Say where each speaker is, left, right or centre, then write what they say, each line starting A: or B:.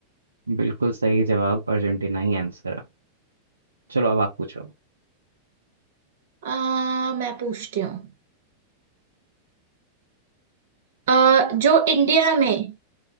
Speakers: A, on the right; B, on the right.
A: बिल्कुल सही जवाब अर्जेंटीना ही आंसर है चलो अब आप पूछो
B: आ, मैं पूछती हूँ अ, जो इंडिया में